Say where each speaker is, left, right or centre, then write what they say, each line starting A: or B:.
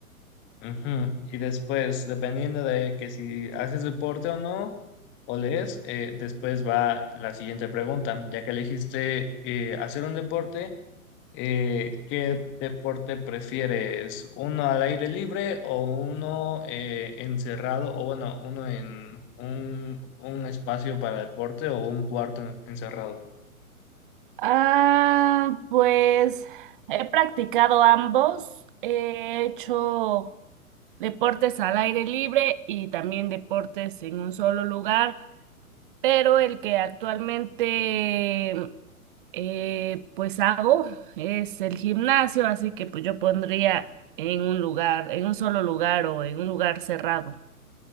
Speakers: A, on the left; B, on the right.
A: Ujú. Y después, dependiendo de que si haces deporte o no, o lees, eh, después va la siguiente pregunta, ya que elegiste eh, hacer un deporte. Eh, ¿qué deporte prefieres? ¿Uno al aire libre o uno eh, encerrado? O bueno, uno en un, un espacio para deporte o un cuarto en- encerrado.
B: Ah, pues he practicado ambos. He hecho deportes al aire libre y también deportes en un solo lugar. pero el que actualmente eh, pues hago es el gimnasio, así que pues yo pondría en un lugar, en un solo lugar o en un lugar cerrado.